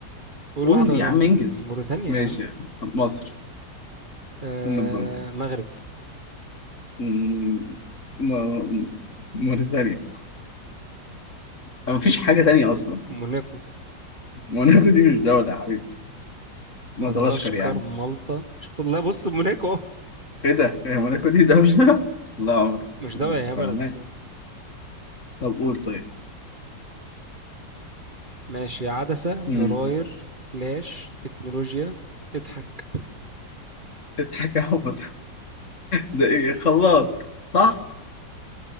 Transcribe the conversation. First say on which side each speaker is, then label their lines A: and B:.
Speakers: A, on the right (about 30°); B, on the left (about 45°).
A: قول
B: قول
A: واحدة وأنا
B: يا عم
A: واحدة
B: انجز
A: موريتانيا
B: ماشي
A: يا عم
B: يا عم. مصر
A: آه
B: ام الدنيا
A: مغرب
B: مم، م- موريتانيا ما فيش حاجة تانية أصلا
A: موناكو
B: موناكو دي مش دولة يا حبيبي مدغشقر
A: مدغشقر
B: يا عم
A: مالطا شوف والله بص موناكو أهو.
B: إيه ده؟ هي موناكو دي دولة؟ <laughs> لا عمر
A: مش
B: ده
A: دولة
B: أنت
A: هي بلد
B: فاهمان
A: بصراحة
B: طب قول طيب
A: ماشي عدسة
B: مم.
A: زراير فلاش تكنولوجيا اضحك
B: اضحك يا عمر ده ايه خلاط صح